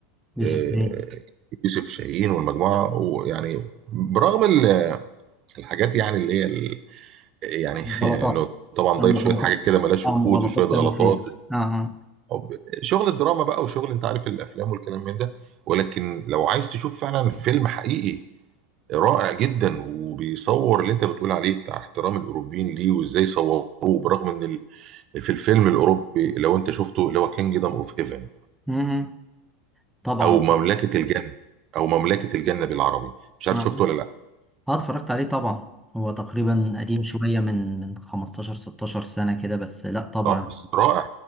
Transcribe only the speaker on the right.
آه،
يوسف شاهين والمجموعه ويعني برغم ال- الحاجات يعني اللي هي ال- يعني <laughs>
انه طبعا
ضايف
شويه حاجات كده ملهاش
وجود
وشويه غلطات
و-
أو ب- شغل الدراما بقى وشغل انت عارف الافلام والكلام من ده ولكن لو عايز تشوف فعلا فيلم حقيقي رائع جدا وبيصور اللي انت بتقول عليه بتاع احترام الاوروبيين ليه وازاي صوروه برغم ان ال- في الفيلم الاوروبي لو انت شفته اللي هو كينجدم اوف هيفن
او مملكه الجنه او مملكه الجنه بالعربي مش عارف
شفته ولا لا
اه بس رائع